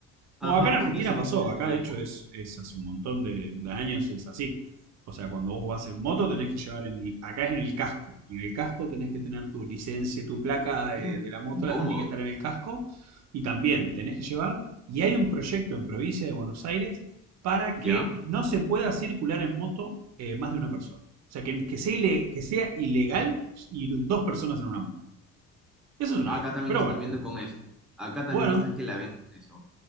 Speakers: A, in the centre; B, on the right.
A: Ajá,
B: Bueno, acá en Argentina
A: porque dicen
B: pasó,
A: que por el
B: acá
A: tema
B: de
A: de
B: hecho
A: motos.
B: es, es hace un montón de, de años es así. O sea, cuando vos vas en moto tenés que llevar en el, acá es en el casco, en el casco tenés que tener tu licencia, tu placa de,
A: Qué in-
B: de la moto
A: incómodo,
B: la- tiene que estar en el casco y también tenés que llevar, y hay un proyecto en provincia de Buenos Aires para
A: ¿ya?
B: que no se pueda circular en moto eh, más de una persona. O sea, que, que sea, ile- que sea ilegal ir dos personas en una moto. Eso es una
A: Acá
B: locura,
A: también
B: pero
A: están
B: bueno.
A: viendo con esto. Acá también
B: Bueno,
A: están que la ven con eso.